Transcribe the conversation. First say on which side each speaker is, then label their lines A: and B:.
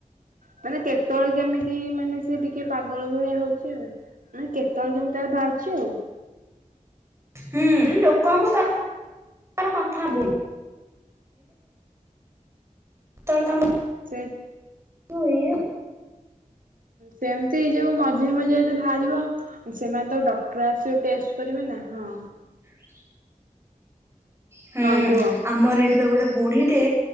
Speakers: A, on the right (about 85°); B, on the right (about 20°).
A: ମାନେ କେତେବେଳେ କେମିତି ମାନେ ସେ ଟିକେ ପାଗଳ ଭଳିଆ ହଉଛି ଆଉ ମାନେ ତଳେ କେମିତି ତାର ବାହାରୁଛି ଆଉ।
B: ହୁଁ ଲୋକଙ୍କୁ ତ କଥା ଯେତେଳେ
A: ସେ
B: ହଏ
A: ସେମିତି ଯଉ ମଝିେ ମଝିରେତ ବାହାରିବ ସେମାନେ ତ ଡକ୍ଟର ଆସିବ ଟେଷ୍ଟ କର ନା ହଁ।
B: <inaudible> ହୁଁ
A: ହଁ କୁହ
B: ଆମର ଏଠି ବା ଗୋଟେ ବୁଢୀ ଏ